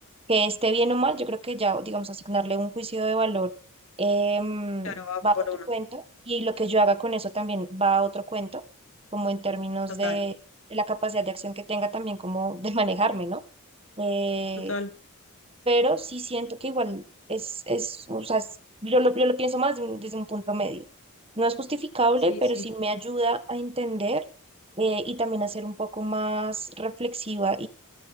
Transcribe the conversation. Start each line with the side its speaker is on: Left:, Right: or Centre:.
Right: que esté bien o mal,
Left: Mm,
Right: yo creo que ya, digamos, asignarle un juicio de valor em,
Left: Claro, va
Right: va a
Left: por
Right: otro
Left: uno.
Right: cuento y lo que yo haga con eso también va a otro cuento, como en términos
Left: Total,
Right: de la capacidad de acción que tenga también como de manejarme, ¿no? Eh,
Left: total.
Right: pero sí siento que igual es, es o sea, es- yo lo, yo lo pienso más de un- desde un punto medio. No es justificable,
Left: Sí,
Right: pero
Left: sí.
Right: sí me ayuda a entender eh, y también a ser un poco más reflexiva